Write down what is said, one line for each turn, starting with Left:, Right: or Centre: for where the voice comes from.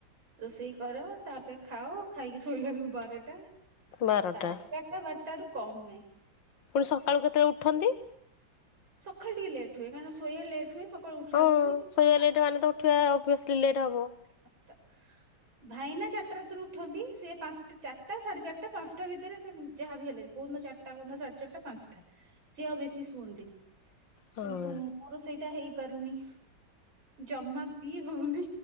Right: ରୋଷେଇ କର ତାପରେ ଖାଅ ଖାଇକି ଶୋଇଲାଣି ବାରଟା। ସାଢେ
Left: ବାରଟା।
Right: ଏଗାରଟା ବାରଟାରୁ କମ ନାଇଁ।
Left: ପୁଣି ସକାଳୁ କେତେବେଳେ ଉଠନ୍ତି?
Right: ସଖାଳେ ଟିକେ ଲେଟ ହୁଏ କାରଣ ଶୋଇବା ଲେଟ୍ ହୁଏ। ସକାଳୁ ଉଠିଲା
Left: ହଁ
Right: ବେଳକୁ ସେଇ
Left: ଶୋଇବା
Right: ସାତଟା।
Left: ଲେଟ୍ ମାନେ ତ ଉଠିବା ଓବିଓସ୍ଲି ଲେଟ୍ ହବ।
Right: <inaudible> ଭାଇନା ଚାରଟା ରାତିରୁ ଉଠନ୍ତି ସେ ପାଞ୍ଚଟା ଚାରଟା ସାଢେ ଚାରଟା ପାଞ୍ଚଟା ଭିତରେ ଯାହାବି ହେଲେ। କୋଉ ଦିନ ଚାରଟା କୋଉଦିନ ସାଢେ ଚାରଟା ପାଞ୍ଚଟା ସିଏ ଆଉ ବେଶୀ ସୁଅନ୍ତିନି
Left: ହଁ
Right: କିନ୍ତୁ ମୋର ସେଇଟା ହେଇପାରୁନି। ଜମା ବି ହଉନି